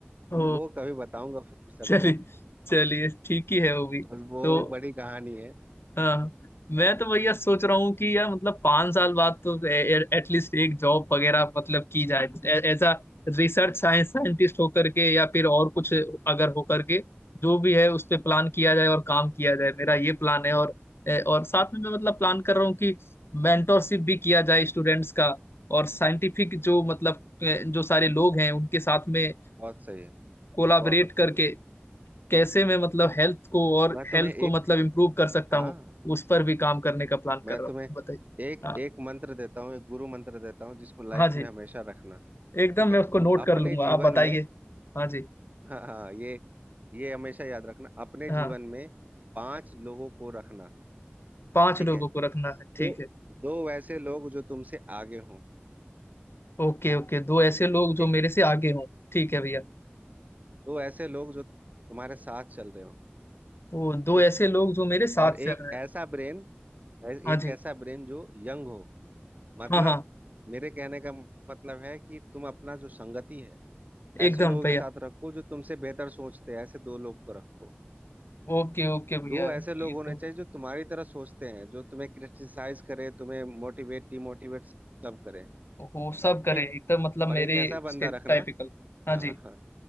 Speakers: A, on the left; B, on the right.
A: ओ
B: वो कभी बताऊंगा फुर्सत
A: चलिए
B: में
A: चलिए ठीक ही है वो भी
B: बस वो
A: तो
B: बड़ी कहानी है
A: हाँ मैं तो भैया सोच रहा हूँ कि यार मतलब पांच साल बाद तो एटलीस्ट एक जॉब वगैरह मतलब की जाए as a research science scientist होकर के या फिर और कुछ अगर होकर के जो भी है उस पे प्लान किया जाए और काम किया जाए मेरा ये प्लान है और ए, और साथ में मैं मतलब प्लान कर रहा हूँ कि मेंटोरशिप भी किया जाए स्टूडेंट्स का और साइंटिफिक जो मतलब ए, जो सारे लोग हैं उनके साथ में
B: बहुत सही है
A: कोलाबरेट
B: बहुत
A: करके
B: सही
A: कैसे मैं मतलब हेल्थ को और
B: मैं तुम्हें
A: हेल्थ
B: एक
A: को मतलब इम्प्रूव कर सकता
B: हाँ
A: हूँ उस पर भी काम करने का प्लान
B: मैं
A: कर रहा
B: तुम्हें
A: हूँ बताइए
B: एक
A: हाँ
B: एक मंत्र देता हूँ एक गुरु मंत्र देता हूँ जिसको लाइफ
A: हाँ जी
B: में हमेशा रखना ठीक
A: एकदम मैं
B: है
A: उसको नोट
B: अपने
A: कर लूंगा
B: जीवन
A: आप बताइए
B: में
A: हाँ जी
B: हाँ हाँ ये ये हमेशा याद रखना अपने
A: हाँ
B: जीवन में पांच लोगों को रखना
A: पांच
B: ठीक
A: लोगों
B: है
A: को रखना है ठीक
B: दो
A: है
B: दो वैसे लोग जो तुमसे आगे हों
A: ओके ओके दो ऐसे लोग जो
B: ठीक
A: मेरे से आगे हों ठीक है भैया
B: दो ऐसे लोग जो तुम्हारे साथ चल रहे हो
A: वो दो
B: ठीक
A: ऐसे लोग जो मेरे साथ
B: और
A: चल
B: एक
A: रहे हैं
B: ऐसा ब्रेन
A: हाँ
B: एक
A: जी
B: ऐसा ब्रेन जो यंग हो मतलब
A: हाँ हाँ
B: मेरे कहने का मतलब है कि तुम अपना जो संगति है ऐसे
A: एकदम
B: लोगों
A: भैया
B: के साथ रखो जो तुमसे बेहतर सोचते हैं ऐसे दो लोग को रखो
A: ओके ओके भैया
B: दो ऐसे लोग
A: ये
B: होने
A: तो
B: चाहिए जो तुम्हारी तरह सोचते हैं जो तुम्हें क्रिटिसाइज करे तुम्हें मोटिवेट डिमोटिवेट सब करे
A: वो सब करें
B: ठीक
A: एकदम मतलब मेरे
B: और एक ऐसा बंदा
A: उसके टाइपिकल
B: रखना
A: हाँ
B: हाँ
A: जी
B: हाँ